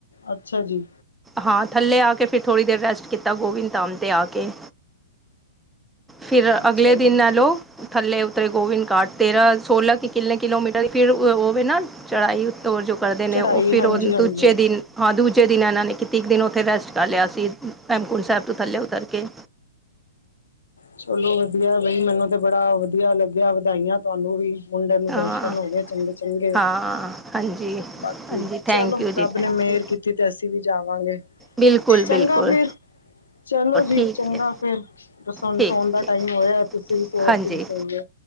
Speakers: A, on the left; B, in the centre.
A: ਅੱਛਾ ਜੀ।
B: ਹਾਂ ਥੱਲੇ ਆ ਕੇ ਫਿਰ ਥੋੜ੍ਹੀ ਦੇਰ ਰੈਸਟ ਕੀਤਾ ਗੋਬਿੰਦ ਧਾਮ ਤੇ ਆ ਕੇ। ਫਿਰ
A: ਅੱਛਾ
B: ਅਗਲੇ ਦਿਨ
A: ਜੀ ਅੱਛਾ
B: ਐ ਲੋਗ, ਥੱਲੇ ਉਤਰੇ ਗੋਵਿੰਦ ਘਾਟ ਤੇਰਾਂ ਸੋਲਾਂ ਕੇ ਕਿੰਨੇ ਕਿਲੋਮੀਟਰ ਫਿਰ ਉਹ ਵੇਨਾ ਚੜ੍ਹਾਈ ਓ ਜੋ ਕਰਦੇ ਨੇ,
A: ਚੜ੍ਹਾਈ
B: ਉਹ ਫਿਰ
A: ਹਾਂਜੀ
B: ਉਹ
A: ਹਾਂਜੀ
B: ਦੂਜੇ ਦਿਨ ਹਾਂ, ਦੂਜੇ ਦਿਨ ਇਹਨਾਂ ਨੇ ਕੀਤੀ ਇੱਕ ਦਿਨ ਉੱਥੇ ਰੇਸਟ। ਕਾਰ ਲਿਆ ਸੀ।, ਭੈਮਕੁੰਟ ਸਾਹਿਬ ਤੋਂ ਥੱਲੇ ਉਤਰ ਕੇ।
A: ਚਲੋ ਵੱਧੀਆ ਬਈ, ਮੈਨੂੰ ਤੇ ਬੜਾ ਵੱਧੀਆ ਲੱਗਿਆ, ਵਧਾਈਆਂ ਤੁਹਾਨੂੰ ਵੀ। ਮੁੰਡੇ ਨੂੰ
B: ਹਾਂ
A: ਦਰਸ਼ਨ ਹੋ ਗਏ ਚੰਗੇ-ਚੰਗੇ,
B: ਹਾਂ ਹਾਂਜੀ
A: ਬਾਕੀ
B: ਹਾਂਜੀ ਥੈਂਕ
A: ਚਲੋ
B: ਯੂ ਜੀ
A: ਰੱਬ
B: ਥੈਂਕ
A: ਨੇ ਮੇਹਰ
B: ਯੂ
A: ਕੀਤੀ। ਕਿਤੇ ਅਸੀਂ ਵੀ ਜਾਵਾਂਗੇ।
B: ਬਿਲਕੁਲ
A: ਚੰਗਾ
B: ਬਿਲਕੁਲ
A: ਫਿਰ, ਚਲੋ ਜੀ
B: ਠੀਕ
A: ਚੰਗਾ
B: ਹੈ
A: ਫੇਰ, ਬਸ ਹੁਣ
B: ਠੀਕ
A: ਸੋਣ ਦਾ
B: ਠੀਕ
A: ਟਾਈਮ ਹੋਇਆ। ਤੁਸੀਂ ਵੀ ਸੋਵੋ,
B: ਹਾਂਜੀ
A: ਅਸੀਂ ਵੀ ਸੋਈਏ।